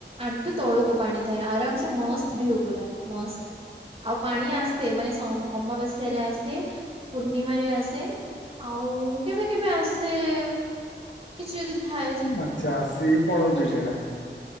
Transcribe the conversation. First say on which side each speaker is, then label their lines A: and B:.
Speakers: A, on the right; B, on the left.
A: ଆଣ୍ଠୁ ତଳକୁ ପାଣି ଥାଏ ଆରାମସେ ମସ୍ତ ଭିଉ ପୁରା ମସ୍ତ। ଆଉ ପାଣି ଆସେ ମାନେ ସମ୍ ଅମାବାସ୍ୟ ରେ ଆସେ ପୂର୍ଣ୍ଣିମାରେ ଆସେ ଆଉ କେବେ କେବେ ଆସେ-ଏ-ଏ। କିଛି ଯଦି ଥାଏ
B: ଆଚ୍ଛା ଆସିକି ପଳଉଛି ସେଇଟା।